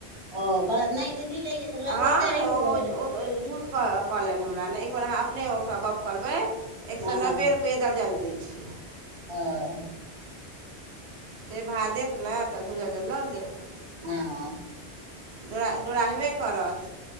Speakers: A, on the right; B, on the right.
A: ओ कहलत नाई दीदी लै
B: हँ
A: ओतय रहि
B: ओ झूठ कहलनि हमरा नहि एक बेेर अहाँ अपने ओरा गप करबै एक
A: हँ
B: सए नब्बे र रुपैेए दर्जन दै छै
A: आ
B: से भा देत ने तऽ दू दर्जन लऽ लेब
A: हँ
B: डोड़ा डोड़ा हेबे करत